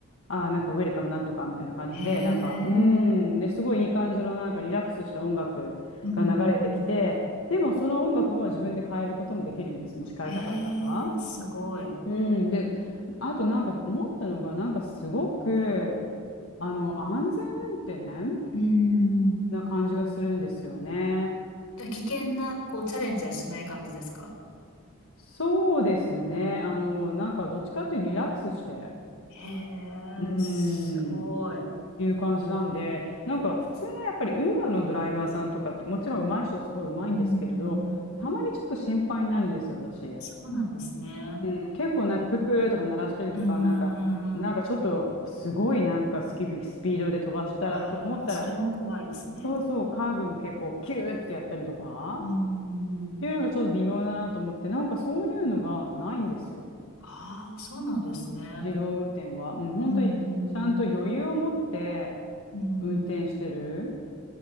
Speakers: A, on the left; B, on the left.
A: ああ、なんかウェルカムなんとかみたいな感じで、
B: へえ。
A: なんか、うーん、で、すごいいい感じのなんかリラックスした音楽が流れてきて、
B: うんうんうん。
A: でもその音楽は自分で変えることもできるんですよ。もし変えたかったら。
B: へえ、すごい。
A: うん、で、あとなんか思ったのが、なんかすごく、あの、安全運転
B: うんうんうん。
A: な感じがするんですよね。
B: じゃあ、危険な、こう、チャレンジはしない感じですか
A: そうですね。あの、なんかどっちかっていうとリラックスして。
B: へ
A: うー
B: え、すごい。
A: ん。いう感じなんで、なんか普通のやっぱりウーバーのドライバーさんとかって、もちろん上手い人はすごい上手いんですけれど、
B: うんうんうん
A: たまにちょっと心配になるんですよ、私。
B: そうなんですね。
A: うん、結構なんかプップーとか鳴らしたりとか、
B: うーん。
A: なんか、なんかちょっとすごいなんかスキビ、スピードで飛ばしたらと思ったら、
B: わあ、それも怖いですね。
A: そうそう、カーブも結構キューってやったりとか、
B: うーん。
A: っていうのがちょっと微妙だなと思って、なんかそういうのがないんですよ。
B: ああ、そうなんですね。
A: 自動運転は。うん、本当にちゃんと余裕を持って
B: うーん。うーん。
A: 運転してる。